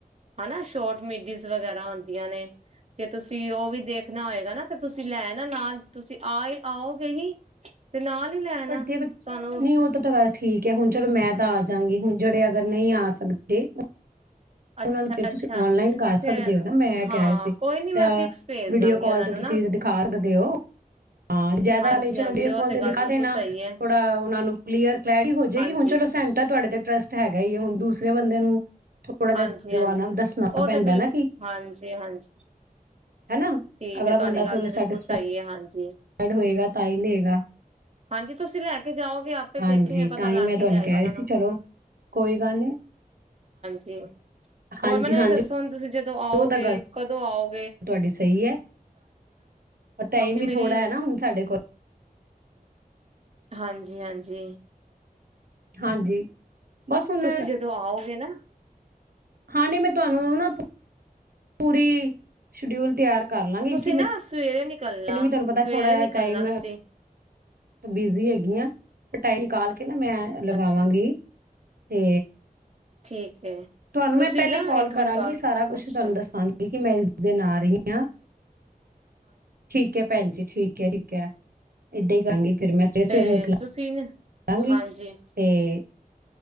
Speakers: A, on the right; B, on the right.
A: ਹਨਾ ਸ਼ੋਰਟ ਮਿਡੀਜ਼ ਵਗੈਰਾ ਹੁੰ ਦੀਆਂ ਨੇ ਜੇ ਤੁਸੀਂ ਉਹ ਵੀ ਦੇਖਣਾ ਹੋਏਗਾ ਨਾ ਤੇ ਤੁਸੀਂ ਲੈ ਨਾ ਨਾਲ ਤੁਸੀਂ ਆ ਹੀ ਆਓਗੇ ਹੀ ਤੇ ਨਾਲ ਹੀ ਲੈਣਾ
B: ਪਰਦੇ ਕੁਛ
A: ਤੁਹਾਨੂੰ
B: ਨਹੀਂ ਹੋ ਤਾਂ ਤਾਂ ਵੈਸ ਠੀਕ ਹੈ ਹੁਣ ਚਲੋ ਮੈਂ ਤਾਂ ਆ ਜਾਂਗੀ ਹੁਣ ਜਿਹੜੇ ਅਗਰ ਨਹੀਂ ਆ ਸਕਦੇ।
A: ਅੱਛਾ
B: ਉਹਨਾਂ ਨੂੰ ਫਿਰ
A: ਅੱਛਾ
B: ਤੁਸੀਂ ਔਨਲਾਈਨ ਕਰ
A: ਤੇ
B: ਸਕਦੇ ਹੋ ਨਾ ਮੈਂ
A: ਹਾਂ
B: ਕਹਿ ਰਹੀ ਸੀ
A: ਕੋਈ ਨੀ ਮੈਂ
B: ਤਾਂ
A: ਪਿਕਸ ਭੇਜ
B: ਵੀਡੀਓ
A: ਦਾਂਗੀ
B: ਕਾਲ
A: ਉਹਨਾਂ
B: ਤੇ
A: ਨੂੰ
B: ਤੁਸੀਂ
A: ਨਾ
B: ਦਿਖਾ ਸਕਦੇ ਹੋ। ਹਾਂ ਜ਼ਿਆਦਾ
A: ਹਾਂਜੀ
B: ਚਲੋ
A: ਹਾਂਜੀ
B: ਵੀਡੀਓ
A: ਉਹ
B: ਕੌਲ ਤੇ
A: ਗੱਲ
B: ਦਿਖਾ
A: ਬਿਲਕੁਲ
B: ਦੇਣਾ
A: ਸਹੀ
B: ਥੋੜਾ
A: ਹੈ
B: ਉਹਨਾਂ ਨੂੰ ਕਲੀਅਰ ਕਲੈਰਿਟੀ ਹੋ ਜਾਏਗੀ,
A: ਹਾਂਜੀ
B: ਹੁਣ ਚਲੋ ਸਾਨੂੰ ਤਾ ਤੁਹਾਡੇ ਤੇ ਟਰੱਸਟ ਹੈਗਾ ਹੁਣ ਦੂਸਰੇ ਬੰਦੇ ਨੂੰ ਥੋੜਾ ਜਿਹਾ
A: ਹਾਂਜੀ-ਹਾਂਜੀ
B: ਦਿਵਾਣਾ ਦੱਸਣਾ
A: ਉਹ
B: ਪੈਂਦਾ
A: ਤੇ ਬਿਲਕੁ
B: ਨਾ ਕਿ
A: ਹਾਂਜੀ- ਹਾਂਜੀ
B: ਹਨਾ,
A: ਠੀਕ
B: ਅਗਲਾ
A: ਹੈ ਤੁਹਾਡੀ
B: ਬੰਦਾ
A: ਗੱਲ
B: ਥੋੜਾ
A: ਤੇ ਬਿਲਕੁਲ
B: ਸੈਟਿਸਫਾਈਡ
A: ਸਹੀ ਹੈ ਹਾਂਜੀ।
B: ਹੋਏਗਾ ਤਾਂ ਹੀ ਲੇਗਾ
A: ਹਾਂਜੀ ਤੁਸੀਂ ਲੈ ਕੇ ਜਾਓਗੇ ਆਪੇ
B: ਹਾਂਜੀ
A: ਦੇਖੇਗੇ ਪਤਾ
B: ਤਾਂ
A: ਲੱਗ
B: ਹੀ ਮੈਂ ਤੁਹਾਨੂੰ
A: ਜਾਏਗਾ
B: ਕਹਿ
A: ਉਹਨਾਂ
B: ਰਹੀ ਸੀ,
A: ਨੂੰ
B: ਚਲੋ ਕੋਈ ਗੱਲ ਨੀ।
A: ਜੀ
B: ਹਾਂਜੀ-ਹਾਂਜੀ
A: ਹੋਰ ਮੈਨੂੰ ਇਹ ਦੱਸੋ ਹੁਣ ਤੁਸੀਂ ਜ ਕਦੋਂ ਆਓਗੇ
B: ਉਹ ਤਾਂ ਗੱਲ
A: ਕਦੋਂ ਹਾਂ, ਉਹ
B: ਤੁਹਾਡੀ ਸਹੀ ਹੈ ਰ ਟਾਈਮ
A: ਕਿਉਂਕਿ
B: ਵੀ
A: ਮੇਰੀ
B: ਥੋੜਾ ਹੈ ਨਾ ਹੁਣ ਸਾਡੇ ਕੋਲ
A: ਹਾਂਜੀ- ਹਾਂਜੀ।
B: ਹਾਂਜੀ। ਬਸ ਹੁਣ
A: ਤੁਸੀਂ ਜਦੋਂ ਆਓਗੇ ਨਾ
B: ਹਾਂ ਨੀ ਮੈਂ ਤੁਹਾਨੂੰ ਨੂੰ ਨਾ ਪੂਰੀ ਸ਼ਡਿਊਲ ਤਿਆਰ ਕਰ ਲਾਂਗੀ
A: ਤੁਸੀਂ
B: ਕਿ
A: ਨਾ ਸਵੇਰੇ ਨਿ ਨਿਕਲਣਾ
B: ਮੈਨੂੰ ਵੀ ਤੁਹਾਨੂੰ ਪਤਾ
A: ਸਵੇਰੇ
B: ਥੋੜਾ ਜਿਹਾ
A: ਨਿਕਲਣਾ
B: ਟਾਈਮ
A: ਤੁਸੀਂ
B: ਬਿਜ਼ੀ ਹੈਗੀ ਆ ਪਟਾਈ ਨਿਕਾਲ ਕੇ ਮੈਂ ਲਗਾਵਾਂਗੀ।
A: ਅੱਛਾ
B: ਤੇ
A: ਠੀਕ। ਹੈ
B: ਤੁਹਾਨੂੰ
A: ਤੁਸੀਂ
B: ਮੈਂ ਪਹਿਲੇ
A: ਨਾ
B: ਕੌਲ
A: ਇੱਕ ਮਿੰਟ
B: ਕਰਾਂਗੀ
A: ਗੱਲ
B: ਸਾਰਾ ਕੁਛ
A: ਅੱਛਾ
B: ਤੁਹਾਨੂੰ ਦੱਸਾਂਗੀ ਕਿ ਮੈਂ ਇਸੇ ਦਿਨ ਆ ਰਹੀ ਹਾਂ ਠੀਕ ਹੈ ਭੈਣ ਜੀ ਠੀਕ ਹੈ ਠੀਕ ਹੈ, ਏਦਾਂ ਹੀ ਕਰਾਂਗੀ ਫਿਰ ਮੈਂ ਸਵੇਰੇ-ਸਵੇਰੇ
A: ਤੇ
B: ਨਿਕਲਾਂ
A: ਤੁਸੀਂ
B: ਕਰਾਂਗੀ
A: ਹਾਂਜੀ
B: ਤੇ